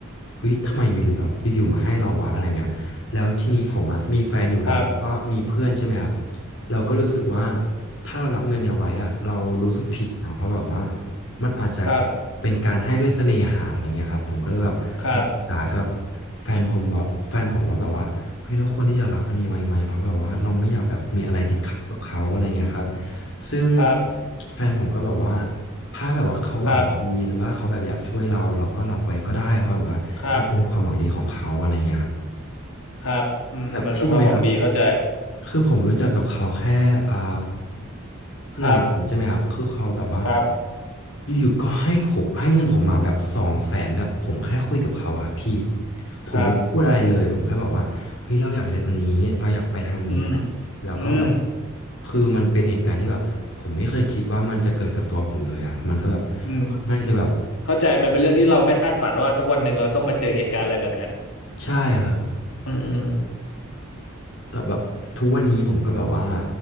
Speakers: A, on the left; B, on the left.
A: เฮ้ยทำไมอยู่ๆแบบอยู่ๆมาให้เราวะอะไรเงี้ยแล้วทีนี้ผมอะมีแฟนอยู่แล้วก็มีเพื่อนใช่ไหมครับ
B: ครับ
A: เราก็รู้สึกว่าถ้าเรารับเงินเนี่ยไว้อะเรารู้สึกผิดนะเพราะแบบว่ามันอาจจะ
B: ครับ
A: เป็นการให้ด้วยเสน่หาอะไรเงี้ยครับผมก็เลยแบบมาปรึกษากับ
B: ครับ
A: แฟนผมว่าแฟนผมว่าแบบว่าเฮ้ยเราควรที่จะรับอันนี้ไว้ไหมเพราะแบบว่าเราไม่อยากแบบมีอะไรติดขัดกับเขาอะไรเงี้ยครับซึ่ง
B: ครับ
A: แฟนผมก็แบบว่าถ้าแบบว่าเขาหวังดีหรือว่าเขาแบบอยากช่วยเราเราก็รับไว้ก็ได้เพราะแบบว่ามันเป็นความหวังดีของเขาอะไรเงี้ยครับ
B: ครับครับครับครับครับครับอืมอืมมันเป็นความหวังดีเข้าใจ
A: แต่พี่รู้ไหมครับ คือผมรู้จักกับเขาแค่อ่า
B: ครับ
A: หนึ่งเดือนใช่ไหมครับคือเขาแบบว่า
B: ครับ
A: อยู่ๆก็ให้ผมให้เงินผมมาแบบสองแสนแบบผมแค่คุยกับเขาอะพี่ผมไม่ได้พูดอะไรเลยผมแค่บอกว่าเฮ้ยเราอยากเรียนอันนี้เราอยากไปทางนี้อะไรแล้วก็แบบ
B: ครับ อืมอืม
A: คือมันเป็นเหตุการณ์ที่แบบผมไม่เคยคิดว่ามันจะเกิดกับตัวผมเลยอะมันก็แบบค่อนข้างที่จะแบบ
B: อืม เข้าใจมันเป็นเรื่องที่เราไม่คาดฝันว่าสักวันหนึ่งเราต้องมาเจอเหตุการณ์อะไรแบบเนี้ย
A: ใช่ครับ
B: อืมอืม
A: แต่แบบทุกวันนี้ผมก็แบบว่า